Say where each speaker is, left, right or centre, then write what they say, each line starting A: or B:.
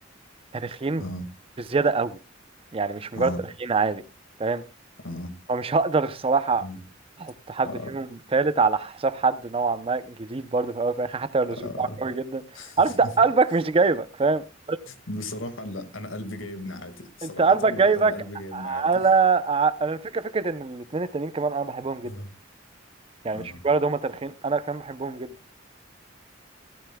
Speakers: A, on the right; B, on the left.
A: تاريخيين
B: اه
A: بزيادة قوي يعني مش مجرد
B: اه
A: تاريخيين عادي فاهم
B: اه
A: فمش هقدر الصراحة
B: مم.
A: أحط حد
B: اه
A: فيهم تالت على حساب حد نوعا ما جديد برضه في الأول وفي الآخر حتى لو الأسلوب
B: اه
A: بتاعه قوي جدا
B: <laughs>
A: عارف ده قلبك مش جايبك فاهم بس
B: بصراحة لا انا قلبي جايبني عادي صراحة
A: أنت قلبك
B: لا
A: جايبك
B: انا قلبي جايبني عادي
A: على ع- أنا الفكرة فكرة إن الاتنين التانيين كمان أنا بحبهم
B: <laughs>
A: جدا
B: اه
A: يعني
B: اه
A: مش مجرد هما تاريخيين أنا كمان بحبهم جدا